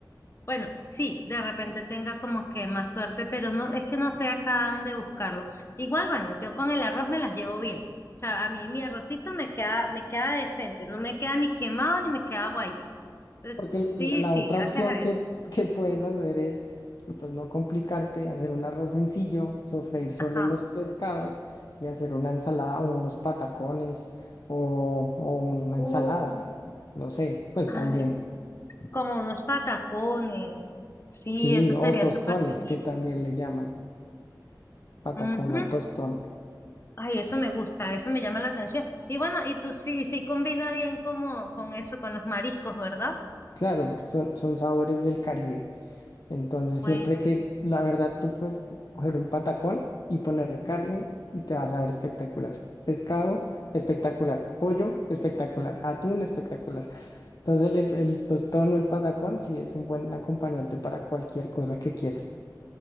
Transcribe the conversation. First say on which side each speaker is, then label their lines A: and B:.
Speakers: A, on the left (about 35°); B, on the left (about 60°).
A: Bueno, sí, de repente tenga como que más suerte, pero no, es que no sé acá dónde buscarlo. Igual, bueno, yo con el arroz me las llevo bien. O sea, a mí mi arrocito me queda, me queda decente, no me queda ni quemado ni me queda guaito. Entonces,
B: Porque la
A: sí,
B: la
A: sí,
B: otra
A: gracias
B: opción
A: a Dios.
B: que, que puedes hacer es, pues no complicarte, hacer un arroz sencillo, sofreír solo
A: Ajá.
B: los pescados y hacer una ensalada o unos patacones o, o una ensalada,
A: Uh,
B: no sé, pues también,
A: ay, como unos patacones. Sí,
B: sí,
A: eso
B: o
A: sería
B: tostones
A: súper genial.
B: que también le llaman, patacón
A: Ujú.
B: o tostón.
A: Ay, eso me gusta, eso me llama la atención. Y bueno, y tú sí, sí combina bien como con eso, con los mariscos, ¿verdad?
B: Claro, porque son, son sabores del Caribe. Entonces,
A: Bueno,
B: siempre que la verdad tú puedes coger un patacón y ponerle carne y te vas a ver espectacular. Pescado, espectacular. Pollo, espectacular. Atún, espectacular. Entonces, el, el tostón o el patacón sí es un buen acompañante para cualquier cosa que quieras.